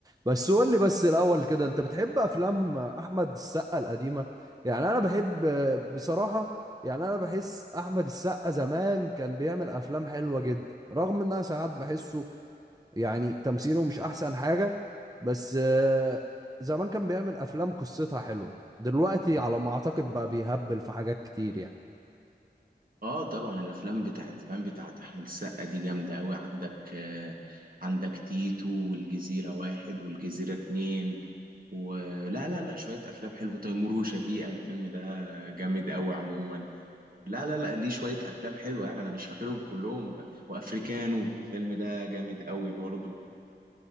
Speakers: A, on the right; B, on the right.
A: بس قول لي بس الاول كده انت بتحب افلام احمد السقا القديمه يعني انا بحب بصراحه يعني انا بحس احمد السقا زمان كان بيعمل افلام حلوه جدا رغم ان انا ساعات بحسه يعني تمثيله مش احسن حاجه بس آه، زمان كان بيعمل افلام قصتها حلوه دلوقتي على ما اعتقد بقى بيهبل في حاجات كتير يعني
B: اه طبعا الافلام بتاعت زمان بتاعت احمد السقا دي جامده قوي عندك آه عندك تيتو والجزيره واحد والجزيره اتنين ولا لا لا شويه افلام حلوه تيمور وشفيقه الفيلم ده جامد قوي عموما لا لا لا ليه شويه افلام حلوه يعني انا مش فاكرهم كلهم وافريكانو الفيلم ده جامد قوي برضه